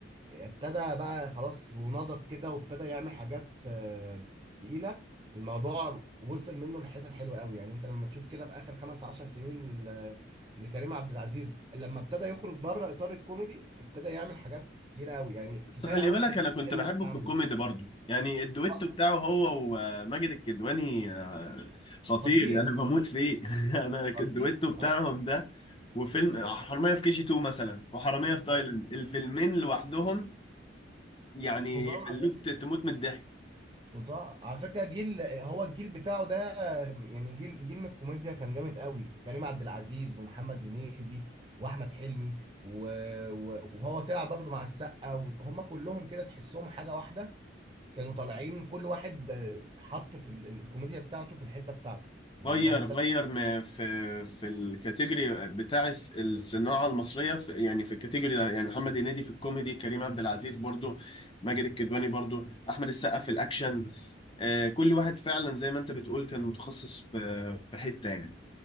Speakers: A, on the right; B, on the left.
A: آه، ابتدى بقى خلاص ونضج كده وابتدى يعمل حاجات آه، تقيله الموضوع وصل منه لحتت حلوه قوي يعني انت لما تشوف كده في اخر خمس عشر سنين ل- لكريم عبد العزيز لما ابتدى يخرج بره اطار الكوميدي ابتدى يعمل حاجات كتيره قوي يعني كفايه
B: بس خلي
A: اول
B: بالك
A: حاجه
B: انا كنت
A: اللي
B: بحبه
A: لسه
B: في
A: عامله
B: الكوميدي برضو يعني الدويتو
A: آه،
B: بتاعه هو وماجد الكدواني خطير
A: خطير
B: يعني انا بموت فيه <laughs> انا
A: خطير
B: الدويتو بتاعهم
A: اي
B: ده وفيلم حرامية في كي جي 2 مثلا وحرامية في تايلاند
A: اي
B: الفيلمين لوحدهم يعني
A: فظاعه
B: يخلوك
A: يعني
B: ت- تموت من الضحك
A: فظاعه على فكره جيل هو الجيل بتاعه ده يعني جيل جيل من الكوميديا كان جامد قوي كريم عبد العزيز ومحمد هنيدي واحمد حلمي و... و... وهو طلع برضه مع السقا وهم كلهم كده تحسهم حاجه واحده كانوا طالعين كل واحد آه، حط في ال... ال- الكوميديا بتاعته في الحته بتاعته يعني
B: غير
A: هو
B: غير ما في في الكاتيجوري بتاع الس- الصناعة المصرية في يعني في الكاتيجوري ده يعني محمد هنيدي في الكوميدي كريم عبد العزيز برضو ماجد الكدواني برضو أحمد السقا في الأكشن آه، كل واحد فعلا زي ما أنت بتقول كان متخصص في في حتة يعني